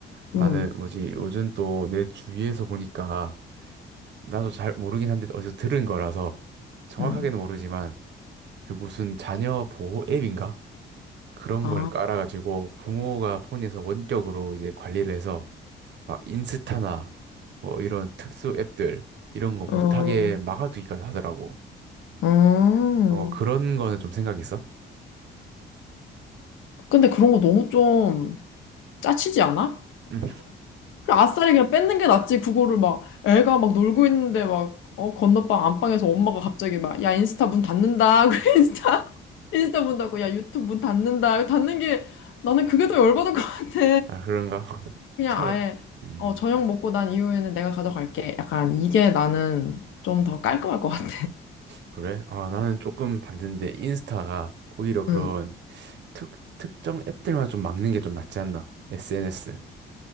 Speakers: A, on the right; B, on the left.
A: 나는
B: 응,
A: 뭐지 요즘 또 내 주위에서 보니까 나도 잘 모르긴 한데 어디서 들은 거라서 정확하게는
B: 응.
A: 모르지만 그 무슨 자녀 보호 앱인가? 그런
B: 아,
A: 걸 깔아가지고 부모가 폰에서 원격으로 이제 관리를 해서 막 인스타나 뭐 이런 특수 앱들 이런 거 못하게
B: 음,
A: 막아두기까지 하더라고.
B: 음.
A: 뭐 그런 거는 좀 생각 있어?
B: 근데 그런 거 너무 좀 짜치지 않아?
A: 음.
B: 그래, 아싸리 그냥 뺏는 게 낫지. 그거를 막 애가 막 놀고 있는데 막, 어, 건너방 안방에서 엄마가 갑자기 막, 야, 인스타 문 닫는다. <laughs> 그래, 인스타, 인스타 문 닫고, 야, 유튜브 문 닫는다. 닫는 게, 나는 그게 더 열받을 것 같아.
A: 아, 그런가? <laughs>
B: 그냥
A: 차라리.
B: 아예
A: 음,
B: 어, 저녁 먹고 난 이후에는 내가 가져갈게. 약간 이게 나는 좀 더 깔끔할 것 같아.
A: 그래? 아, 나는 조금 반대인데, 인스타가 오히려 그런
B: 응.
A: 특, 특정 앱들만 좀 막는 게 좀 낫지 않나? SNS.